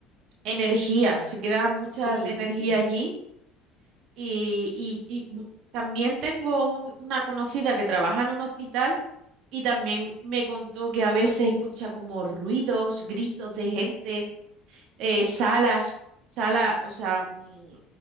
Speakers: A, on the right (about 65°); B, on the right (about 25°).
A: energía, se queda mucha
B: Sí,
A: de energía
B: sí, sí.
A: allí y, y- y mu- también tengo un- una conocida que trabaja en un hospital y también me contó que a veces escucha como ruidos, gritos de gente, eh, salas, salas, o sea, mm,